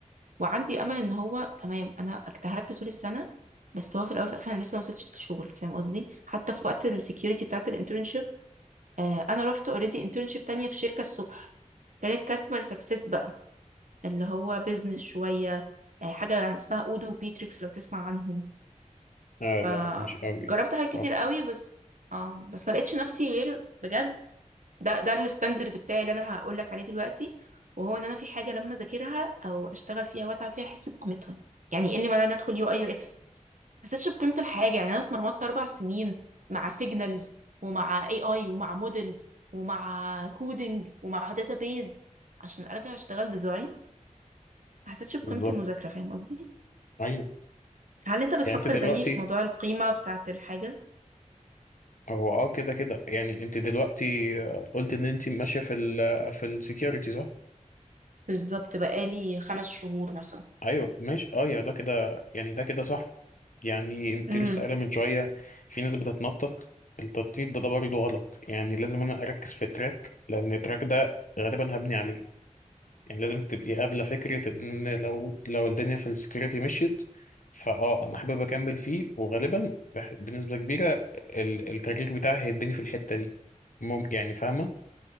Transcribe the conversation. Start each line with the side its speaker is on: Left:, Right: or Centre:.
Right: وعندي امل ان هو تمام انا اجتهدت طول السنه بس هو في الاول وفي الاخر انا لسه ما وصلتش للشغل فاهم قصدي حتى في وقت السكيورتي بتاعت الانترنشيب آه انا رحت اوريدي انترنشيب تانية في شركه الصبح كانت كاستمر سكسس بقى اللي هو بيزنس شويه آه حاجه يعني اسمها اودو وبيتريكس لو تسمع عنهم
Left: آه
Right: فجربت
Left: لا مش قوي
Right: حاجات كتير
Left: اه
Right: قوي بس اه بس ما لقيتش نفسي غير بجد ده ده الستاندرد بتاعي اللي انا هقول لك عليه دلوقتي وهو ان انا في حاجه لما اذاكرها او اشتغل فيها واتعب فيها احس بقيمتها يعني ايه اللي معناه ان ادخل يو اي يو اكس ما حسيتش بقيمه الحاجه يعني انا اتمرمطت اربع سنين مع سيجنالز ومع اي اي ومع مودلز ومع كودينج ومع داتابيز عشان ارجع اشتغل ديزاين ما حسيتش بقيمه
Left: بالظبط
Right: المذاكره فاهم قصدي
Left: ايوه
Right: هل انت بتفكر
Left: يعني انت دلوقتي
Right: زيي في موضوع القيمه بتاعه الحاجه
Left: هو اه كده كده يعني انت دلوقتي آه، قلت ان انت ماشيه في ال في السكيورتي صح
Right: بالظبط بقالي خمس شهور مثلا
Left: ايوه ماشي اه يا ده كده يعني ده كده صح يعني انت
Right: امم
Left: لسه قايله من شويه في ناس بتتنطط التنطيط ده ده برضه غلط يعني لازم انا اركز في تراك لان التراك ده غالبا هبني عليه يعني لازم تبقي قابلة فكرة ان لو لو الدنيا في السكيورتي مشيت فاه انا حابب اكمل فيه وغالبا بح- بنسبة كبيرة ال- الكارير بتاعي هيتبني في الحتة دي مم يعني فاهمة